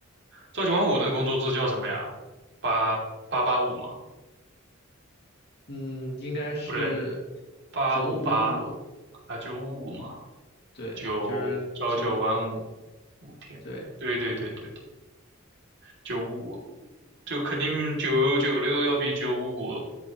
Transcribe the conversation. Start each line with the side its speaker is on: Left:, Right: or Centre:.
Right: 朝九晚五那工作制叫什么呀？八八八五嘛，
Left: 嗯，应该是
Right: 不对，八五八
Left: 九五五，
Right: 啊，九五五嘛，
Left: 对，
Right: 九朝九晚五
Left: 就是九，
Right: 五天，
Left: 对，
Right: 对对对对对，九五五，就肯定九九六要比九五五